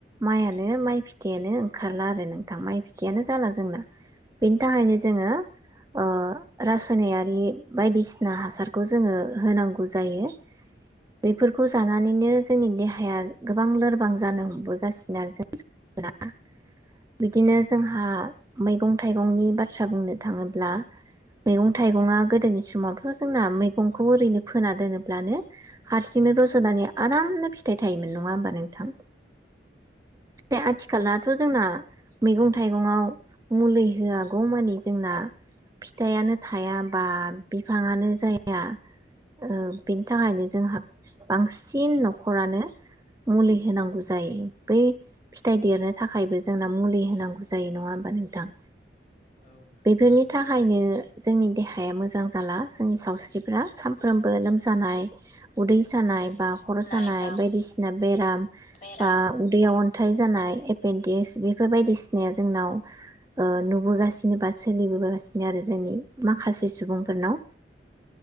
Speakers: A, on the right; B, on the left.
A: माइयानो माइ फिथाइयानो ओंखारला आरो नोंथां माइ फि <unintelligible> जाला जोंना बेनि थाखायनो जोङो ओ रासायनारि बायदिसिना हासारखौ जोङो होनांगौ जायो बेफोरखौ जानानैनो जोंनि देहाया गोबां लोरबां जानो हमबोगासिनो आरो <unintelligible> बिदिनो जोंहा मैगं थाइगंनि बाथ्रा बुंनो थाङोब्ला मैगं थाइगंआ गोदोनि समावथ' जोंना मैगंखौ ओरैनो फोना दोनोब्लानो हारसिंनो रज'नानै आरामनो फिथाइ थायोमोन नङा होमबा नों थां दा आथिखाल थ' जोंना मैगं थाइगंआव मुलि होआगौ मानि जोंना फिथाइयानो थाया बा बिफाङानो जाया ओ बिनि थाखायनो जोंहा बांसिन न'खरानो मुलि होनांगौ जायो बै फिथाइ देरनो थाखायबो जोंना मुलि होनांगौ जायो नङा होमबा नोंथां
B: औ नोंथां
A: बेनि थाखायनो जोंनि देहाया मोजां जाला जोंनि सावस्रिफ्रा सानफ्रोमबो लोमजानाय उदै सानाय बा खर'
B: थानाय
A: सानाय
B: बा
A: बायदिसिना बेराम
B: बेराम
A: बा उदैयाव अनथाय जानाय एपेन्डटिक्स बेफोर बायदिसिनाया जोंनाव ओ नुबोगासिनो बासो सोलिबोगासिनो आरो जोंनि माखासे सुबुंफोरनाव